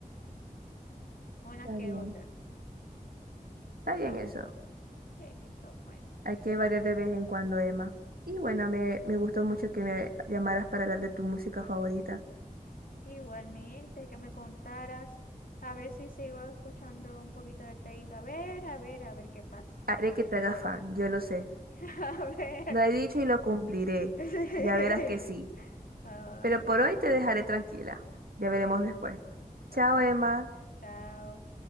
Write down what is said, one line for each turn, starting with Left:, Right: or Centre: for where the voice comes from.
Left: unas
Right: Está
Left: que
Right: bien.
Left: otras,
Right: Está bien
Left: son,
Right: eso.
Left: sí, son buenas.
Right: Hay que variar de vez en cuando, Emma. Y bueno, me, me gustó mucho que me llamaras para hablar de tu música favorita.
Left: Igualmente, que me contaras, a ver si sigo escuchando un poquito de Taylor, a ver, a ver, a ver qué pasa.
Right: Haré que te hagas fan, yo lo sé.
Left: <laughs> A ver,
Right: Lo
Left: a
Right: he dicho
Left: ver qué
Right: y lo cumpliré.
Left: <laughs>
Right: Ya verás que sí.
Left: pasa.
Right: Pero
Left: A ver,
Right: por hoy te dejaré tranquila. Ya veremos
Left: eh,
Right: después.
Left: bueno,
Right: Chao,
Left: está,
Right: Emma.
Left: bien. chao.